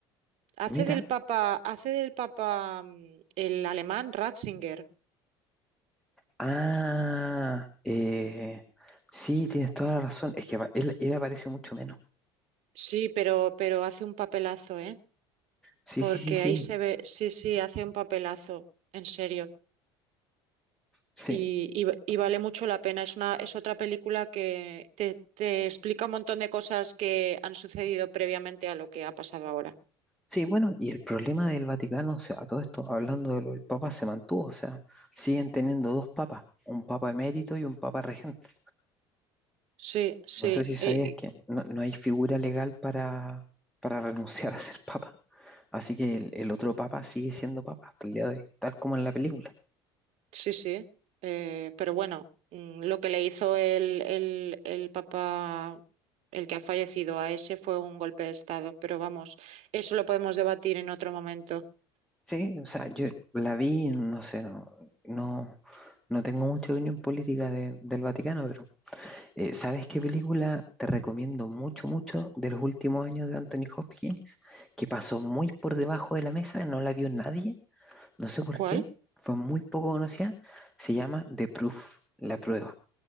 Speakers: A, on the right; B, in the centre.
A: Hace
B: mira.
A: del papa, hace del papa mm, el alemán Ratzinger.
B: Ah, eh, sí, tienes toda la razón. Es que apa- él, él aparece mucho menos.
A: Sí, pero, pero hace un papelazo, ¿eh?
B: Sí,
A: Porque
B: sí, sí, sí.
A: ahí se ve, sí, sí, hace un papelazo, en serio.
B: Sí,
A: Y, y- y vale mucho la pena. Es una, es otra película que te, te explica un montón de cosas que han sucedido previamente a lo que ha pasado ahora.
B: sí, bueno, y el problema del Vaticano, o sea, a todo esto, hablando de lo del Papa, se mantuvo. O sea, siguen teniendo dos papas, un Papa emérito y un Papa regente.
A: Sí, sí.
B: No sé si sabías
A: Eh,
B: que no, no hay figura legal para, para <laughs> renunciar a ser papa. Así que el, el otro papa sigue siendo papa hasta el día de hoy, tal como en la película.
A: Sí, sí, eh, pero bueno, mm, lo que le hizo el, el, el papa, el que ha fallecido a ese, fue un golpe de estado, pero vamos, eso lo podemos debatir en otro momento.
B: Sí, o sea, yo la vi, no sé, no, no, no tengo mucha opinión política de- del Vaticano, pero eh, ¿sabes qué película te recomiendo mucho, mucho de los últimos años de Anthony Hopkins? Que pasó muy por debajo de la mesa, no la vio nadie, no sé por
A: ¿Cuál?
B: qué, fue muy poco conocida, se llama The Proof, La Prueba.